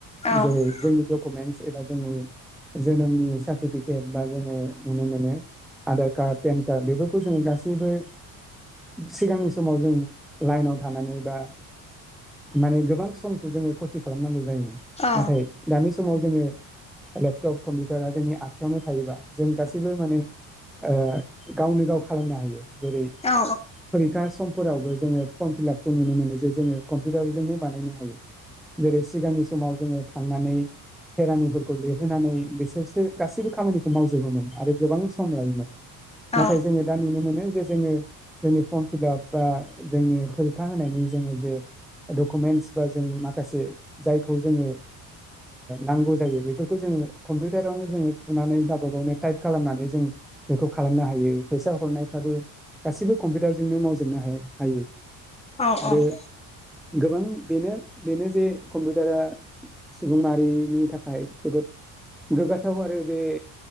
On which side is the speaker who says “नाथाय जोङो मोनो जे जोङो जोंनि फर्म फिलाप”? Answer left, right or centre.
Centre